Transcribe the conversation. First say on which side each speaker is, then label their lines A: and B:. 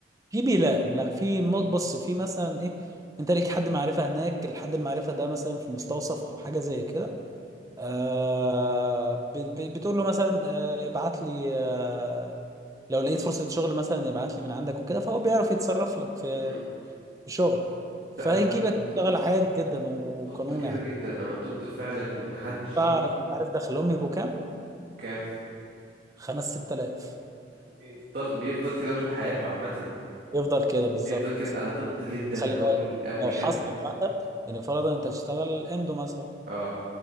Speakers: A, on the right; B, on the right.
A: في بيلاقوا لا في م- بص في مثلا ايه انت ليك حد معرفة هناك الحد المعرفة ده مثلا في مستوصف او حاجة زي كده آه ب- ب- بتقول له مثلا آه ابعت لي آه لو لقيت فرصة شغل مثلا ابعت لي من عندك وكده فهو بيعرف يتصرف لك في
B: مم.
A: في شغل فيجيبك
B: لا انا ضد
A: تشتغل عادي جدا وقانوني
B: ضد كده
A: يعني
B: جدا انا ضد فعلا ان حد جي
A: فعارف
B: بي
A: دخلهم بيبقوا كام؟
B: كان
A: خمس ست آلاف
B: ويفضل بيفضل كده طول حياته عامة
A: <clears throat> يفضل كده بالظبط
B: بيفضل كده انا ضد جدا
A: خلي
B: قوي
A: بالك
B: قوي
A: لو حصل
B: قوي
A: حتى يعني فرضا انت هتشتغل اندو مثلا
B: اه